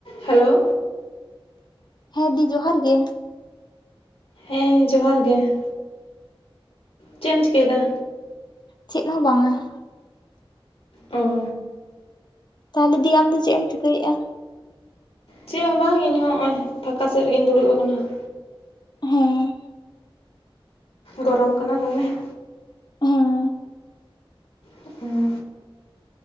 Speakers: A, on the left (about 80°); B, on the left (about 50°).
A: Hello.
B: ᱦᱮᱸ ᱫᱤ ᱡᱚᱦᱟᱨ ᱜᱮ ᱾
A: ᱦᱮᱸ ᱡᱚᱦᱟᱨ ᱜᱮ ᱾ ᱪᱮᱫ ᱮᱢ ᱪᱤᱠᱟᱹᱭᱟᱹᱫᱟ?
B: ᱪᱮᱫ ᱦᱚᱸ ᱵᱟᱝᱟ ᱾
A: ᱚ ᱾
B: ᱛᱟᱦᱚᱞᱮ ᱫᱤ ᱟᱢᱫᱚ ᱪᱮᱫ ᱮᱢ ᱪᱤᱠᱟᱹᱭᱮᱜᱼᱟ?
A: ᱪᱮᱫ ᱦᱚᱸ ᱵᱟᱝ ᱤᱧ ᱦᱚᱸ ᱦᱚᱜ-ᱚᱭ ᱯᱷᱟᱸᱠᱟ ᱥᱮᱫ ᱨᱮᱜᱤᱧ ᱫᱩᱲᱩᱵ ᱟᱠᱟᱱᱟ ᱾
B: ᱦᱮᱸ ᱾
A: ᱜᱚᱨᱚᱢ ᱠᱟᱱᱟ ᱫᱚᱢᱮ ᱾
B: ᱦᱮᱸ
A: ᱦᱩᱸ ᱾